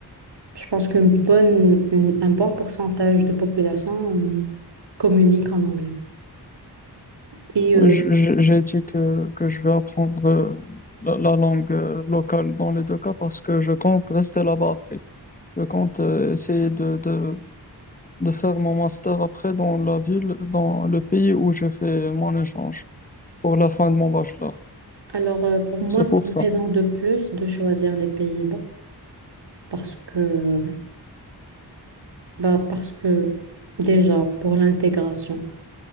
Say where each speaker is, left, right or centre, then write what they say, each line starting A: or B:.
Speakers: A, on the right; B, on the left.
A: je pense qu'une bonne, une- un bon pourcentage de population euh, communique en anglais. Et euh,
B: Je- je- J'ai dit que, que je vais apprendre euh, la, la langue euh, locale dans les deux cas parce que je compte rester là-bas après. Je compte euh, essayer de, de, de faire mon master après dans la ville, dans le pays où je fais mon échange pour la fin de mon bachelor.
A: alors, euh, pour moi,
B: C'est
A: c'est
B: pour
A: une
B: ça.
A: raison de plus de choisir les Pays-Bas parce que, bah, parce que déjà, pour l'intégration,